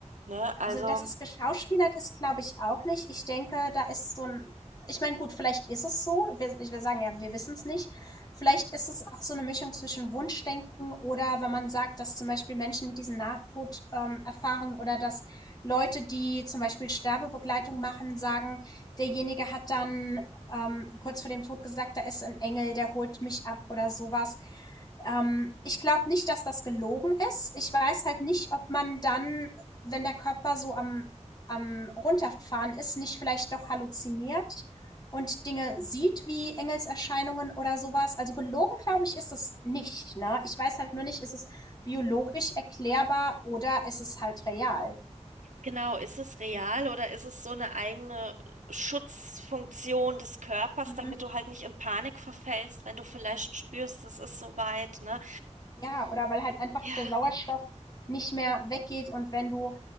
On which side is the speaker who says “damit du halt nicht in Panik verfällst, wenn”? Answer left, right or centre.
Right